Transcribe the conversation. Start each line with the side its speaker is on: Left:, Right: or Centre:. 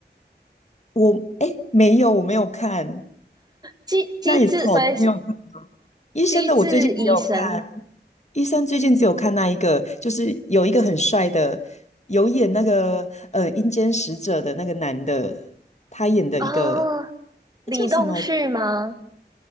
Left: 我哎没有，我没有看，
Right: 机机智，
Left: 那也不好，
Right: 所以是
Left: 我都没有看。医生的我最近只有看，
Right: 机智医生
Left: 医生最近只有看那一个，就是有一个很帅的，有演那个呃阴间使者的那个男的，他演的一个
Right: 啊，哦李栋旭吗？
Left: 那叫什么？